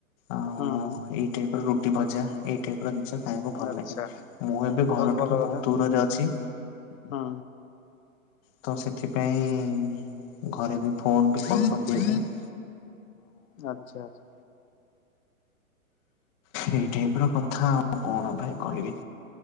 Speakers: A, on the left (about 20°); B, on the left (about 65°).
A: ଆଉ
B: ହୁଁ ହୁଁ
A: ଏଇ ଟାଇପ ର ରୁଟି, ଭଜା ଏଇ ଟାଇପ ର ଜିନିଷ। ଖାଇବାକୁ ଭଲ
B: ଆଚ୍ଛା
A: ଲାଗେ। ମୁଁ ଏବେ ଘରଠାରୁ
B: ଭଲ
A: ବହୁତ
B: କଥା
A: ଦୂରରେ ଅଛି।
B: ହୁଁ।
A: ତ ସେଥିପାଇଁ ଘରେ ବି ଫୋନ <inaudible> <inaudible>
B: ଆଚ୍ଛା ଆଛା।
A: ଏଇ ଟାଇପ ର କଥା ଆଉ, କଣ ଭାଇ କହିବି?